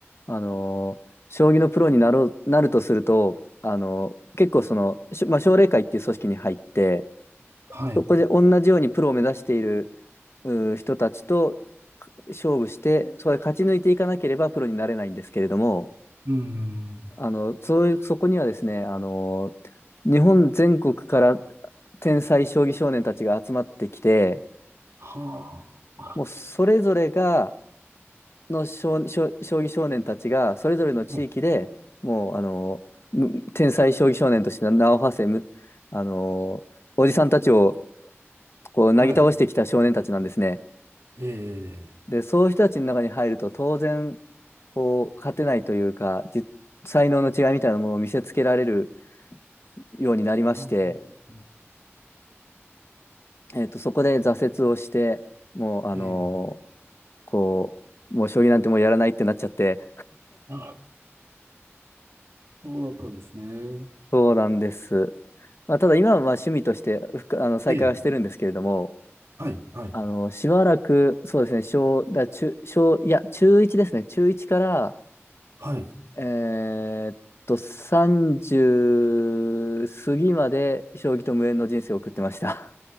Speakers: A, on the left; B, on the right.
A: あの、将棋のプロになろう、なるとすると、あの、結構その、しまあ、奨励会っていう組織に入って、
B: はい、
A: そこで同じようにプロを目指しているうー人たちと勝負して、そこで勝ち抜いていかなければプロになれないんですけれども、
B: うーん、
A: あの、そういう、そこにはですね、あの、日本全国から天才将棋少年たちが集まってきて、
B: はあ、
A: もうそれぞれが、の将、将将棋少年たちが、それぞれの地域でもう、
B: はい、
A: あの、む天才将棋少年として名を馳せ、むあの、おじさんたちをこう、なぎ倒してきた少年たちなんですね。
B: はいええ、
A: で、そういう人たちの中に入ると、当然、こう、勝てないというか、じ才能の違いみたいなものを見せつけられるようになりまして、
B: あ
A: えっと、そこで挫折をして、もう、あの
B: ええ、
A: ーこう、もう将棋なんてもうやらないってなっちゃって、
B: あ、そうだったんですね。
A: そうなんです。まあ、ただ今はまあ趣味としてふくあの再開はしてるんですけれども、
B: ええ、はい、はい、
A: あの、しばらく、そうですね、小、だ、中、小、いや、中1ですね、中1から、
B: はい、
A: えーっと、30過ぎまで将棋と無縁の人生を送ってました。